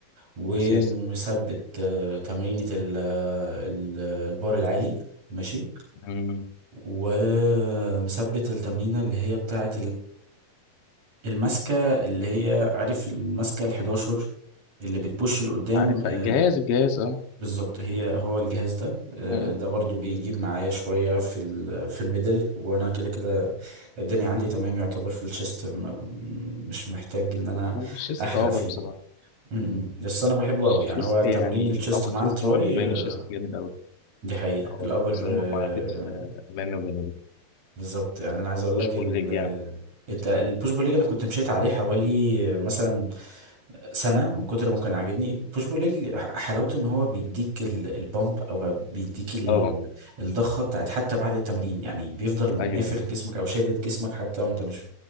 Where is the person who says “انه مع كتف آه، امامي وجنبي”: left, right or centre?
Left